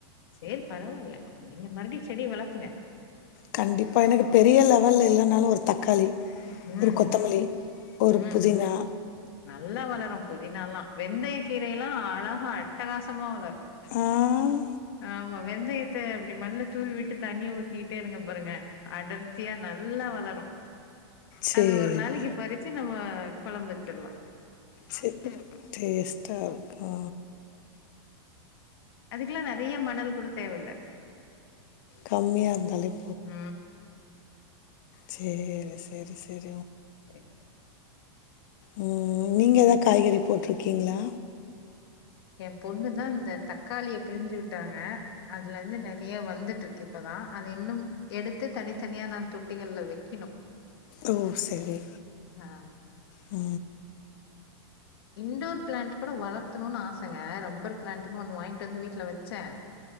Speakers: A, on the left; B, on the left.
A: சேரி பரவாயில்ல நீங்க மறுபடி செடிய வளத்துங்க
B: கண்டிப்பா எனக்கு பெரிய லெவல்ல இல்லைனாலு ஒரு தக்காளி
A: ம்
B: ஒரு கொத்தமல்லி ஒரு
A: ம்
B: புதினா
A: நல்லா வளரு புதினால்லா வெந்தய கீரை எல்லா அழகா அட்டகாசமா வளரு
B: ஆஹ்
A: ஆமா வெந்தயத்த அப்டி மண்ல தூவி விட்டு தண்ணிய ஊத்திக்கிட்டே இருங்க பாருங்க அடர்த்தியா நல்லா வளரு
B: சேரி
A: அது ஒரு நாளைக்கு பறிச்சு நம்ம ஆ கொழம்பு வச்சிற்லா
B: ச டேஸ்டா இருக்கு
A: அதுகுலா நறையா மணல் கூட தேவயில்ல
B: கம்மியா இருந்தாலேப்
A: உ
B: சேரி சரி சரி
A: கரெக்
B: உ நீங்க எதா காய்கறி போட்ருக்கீங்ளா
A: எ பொண்ணு தா இந்த தக்காளிய பிழிஞ்சு விட் டாங்க அதுலருந்து நெறயா வந்துட்டு இப்பதா அத இன்னு எடுத்து தனித்தனியா நா தொட்டிகள்ல வக்கிணு
B: ஓ சேரி
A: ஆ
B: உ
A: இண்டோர் பிளாண்ட் கூட வளத்தணுனு ஆசங்க ரப்பர் பிளாண்ட்னு ஒன்னு வாங்ட்டு வந்து வீட்ல வ சே